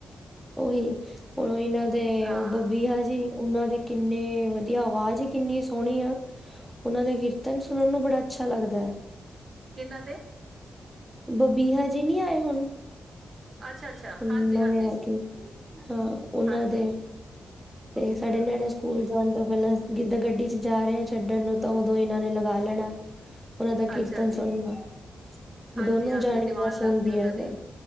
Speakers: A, in the centre; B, on the right.
A: ਉਹੀ, ਹੁਣ ਇਹਨਾਂ ਦੇ
B: ਹਾਂ
A: ਉਹ ਬੱਬੀਹਾ ਜੀ ਉਹਨਾਂ ਦੇ ਕਿੰਨੇ ਵਧੀਆ, ਆਵਾਜ਼ ਈ ਕਿੰਨੀ ਸੋਹਣੀ ਆ ਉਹਨਾਂ ਦੇ ਕੀਰਤਨ ਸੁਣਨ ਨੂੰ ਬੜਾ ਅੱਛਾ ਲੱਗਦਾ ਹੈ
B: ਕਿਹਨਾਂ ਦੇ
A: ਬਬੀਹਾ ਜੀ ਨੀ ਆਏ ਹੁਣ
B: ਅੱਛਾ ਅੱਛਾ
A: ਨਵੇ
B: ਹਾਂਜੀ ਹਾਂਜੀ
A: ਰਾਗੀ, ਹਾਂ ਉਹਨਾਂ
B: ਹਾਂਜੀ
A: ਦੇ, ਤੇ ਸਾਡੇ
B: ਹੂੰ,
A: ਨਿਆਣੇੂ ਸ ਸਕੂਲ ਜਾਣ ਤੋਂ ਪਹਿਲਾਂ ਜਿੱਦਾਂ ਗੱਡੀ 'ਚ ਜਾ ਰਹੇ ਆ ਛੱਡਣ ਨੂੰ ਤਾਂ ਉਦੋਂ ਇਹਨਾਂ ਨੇ ਲਗਾ ਲੈਣਾ। ਉਹਨਾਂ ਦਾ ਕੀਰਤਨ
B: ਅੱਛਾ ਜੀ,
A: ਸੁਣਨਾ।
B: ਹਾਂਜੀ-ਹਾਂਜੀ
A: ਦੋਨੋ ਜਾਣੀਆਂ
B: ਦੀਵਾਨ
A: ਸੁਣਦੀਆਂ
B: ਲੱਗਦੇ ਉਹਨਾਂ ਦੇ
A: ਫਿਰ,